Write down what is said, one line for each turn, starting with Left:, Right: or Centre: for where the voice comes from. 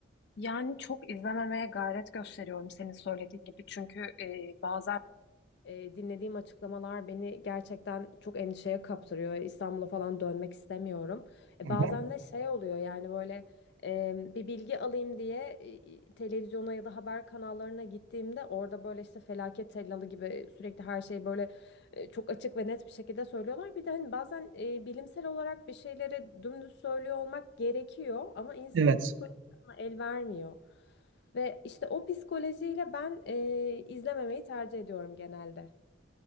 Left: Yani çok izlememeye gayret gösteriyorum senin söylediğin gibi. Çünkü e, bazen E, dinlediğim açıklamalar beni gerçekten çok endişeye kaptırıyor. İstanbul'a falan dönmek istemiyorum. E,
Right: Hı
Left: bazen
Right: hı.
Left: de şey oluyor yani böyle e, bir bilgi alayım diye e, televizyona ya da haber kanallarına gittiğimde orada böyle işte felaket tellalı gibi sürekli her şeyi böyle e, çok açık ve net bir şekilde söylüyorlar. Bir de hani bazen e, bilimsel olarak bir şeyleri dümdüz söylüyor olmak gerekiyor ama insan
Right: Evet.
Left: psikolojisine el vermiyor. Ve işte o psikolojiyle ben e, izlememeyi tercih ediyorum genelde.